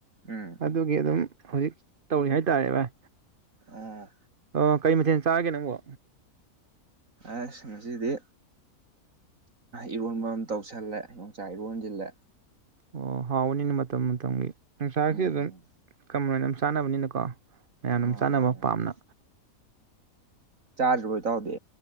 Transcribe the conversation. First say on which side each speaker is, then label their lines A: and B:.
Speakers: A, on the right; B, on the right.
A: ꯎꯝ
B: ꯑꯗꯨꯒꯤ ꯑꯗꯨꯝ ꯍꯧꯖꯤꯛ ꯇꯧꯔꯤ ꯍꯥꯏꯇꯥꯔꯦ ꯚꯥꯏ
A: ꯑꯣ
B: ꯑꯣ ꯀꯔꯤ ꯃꯊꯦꯜ ꯆꯥꯔꯒꯦ ꯅꯪꯕꯣ?
A: ꯑꯁ ꯉꯁꯤꯗꯤ ꯏꯔꯣꯟꯕ ꯑꯃ ꯇꯧꯁꯜꯂꯦ ꯌꯣꯡꯆꯥꯛ ꯏꯔꯣꯟꯖꯤꯜꯂꯦ
B: ꯑꯣ ꯍꯥꯎꯕꯅꯤꯅ ꯃꯇꯝ ꯃꯇꯝꯒꯤ ꯌꯣꯡꯆꯥꯛꯁꯥ
A: ꯎꯝ
B: ꯑꯗꯨꯝ ꯀꯃꯅ ꯆꯥꯅꯕꯅꯤꯅꯀꯣ ꯃꯌꯥꯝ ꯑꯗꯨꯝ
A: ꯑ ꯃꯥꯅꯦ
B: ꯆꯥꯅꯕ ꯄꯥꯝꯅ
A: ꯃꯥꯅꯦ ꯆꯗꯔꯤꯕꯣ ꯇꯥꯎꯗꯤ